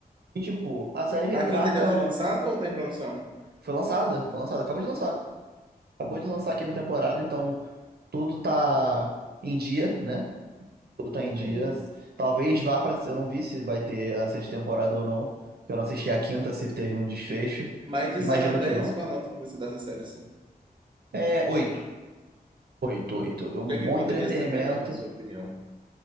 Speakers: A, on the right; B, on the right.
A: E, tipo, a série retrata...
B: A quinta já foi lançada ou tá em produção?
A: Foi lançada, foi lançada, acabou de lançar. Acabou de lançar a quinta temporada, então tudo tá em dia, né? Tudo tá
B: Entendo.
A: em dia. Talvez vá pra. Eu não vi se vai ter a sexta temporada ou não, porque eu não assisti a quinta, se teve um desfecho.
B: Mas de
A: Imagino
B: zero a dez,
A: que não.
B: qual a nota que você dá essa série, assim?
A: É oito. Oito, oito. Um
B: O que é que
A: bom
B: poderia
A: entretenimento.
B: ser melhor, na sua opinião?